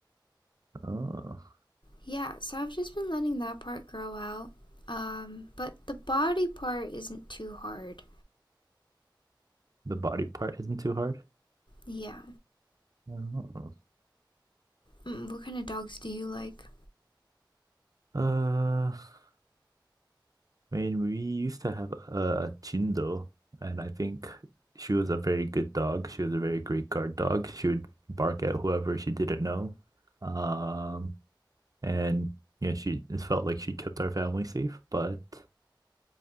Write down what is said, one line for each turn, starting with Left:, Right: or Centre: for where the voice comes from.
Right: Oh,
Left: Yeah, so I've just been letting that part grow out. Um, but the body part isn't too hard.
Right: the body part isn't too hard?
Left: Yeah.
Right: Oh.
Left: Mm, what kind of dogs do you like?
Right: Uh, I mean, we used to have a Chindo, and I think she was a very good dog. She was a very great guard dog. She would bark at whoever she didn't know. Um, and you know she it felt like she kept our family safe, but